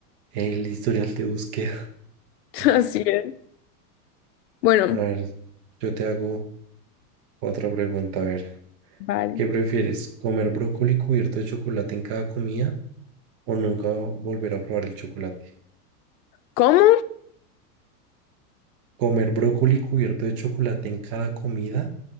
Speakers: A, on the right; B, on the left.
A: el historial de búsqueda. <laughs>
B: Así es. Bueno,
A: A ver, yo te hago otra pregunta. A ver,
B: vale.
A: ¿qué prefieres? ¿Comer brócoli cubierto de chocolate en cada comida o nunca volver a probar el chocolate?
B: ¿Cómo?
A: ¿Comer brócoli cubierto de chocolate en cada comida